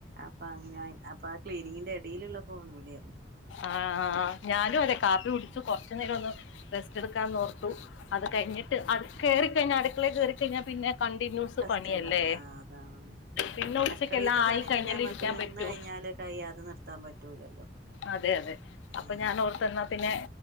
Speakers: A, on the right; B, on the left.
A: അപ്പൊ അങ്ങനെ അപ്പൊ ആ ക്ലീനിങ്ങിന്റെ എടേല്ള്ള ഫോൺ വിളിയാണ്
B: ആഹ് ഞാനും അതെ കാപ്പി കുടിച്ചു കൊറച്ചു നേരം ഒന്ന് റെസ്റ്റ് എടുക്കാന്ന് ഓർത്തു അത് കഴിഞ്ഞിട്ട് അത് കേറിക്കഴിഞ്ഞാല് അടുക്കളെ കേറിക്കഴിഞ്ഞാ പിന്നെ കണ്ടിന്യൂസ് പണിയല്ലേ
A: നിച്ചണ്ടാവൂല ആഹ് അതാണ്
B: പിന്നെ ഉച്ചക്കെല്ലാം
A: അടുക്കളിത്തെ
B: ആയി
A: പണി
B: കഴിഞ്ഞാല്
A: പിന്നെ നമ്മക്ക്
B: ഇരിക്കാൻ
A: നിന്ന
B: പറ്റൂ
A: കഴിഞ്ഞാല് കയ്യാതെ നിർത്താൻ പറ്റൂലല്ലോ
B: അതെ അതെ
A: ആഹ്
B: അപ്പോ ഞാൻ ഓർത്ത് എന്നാ പിന്നെ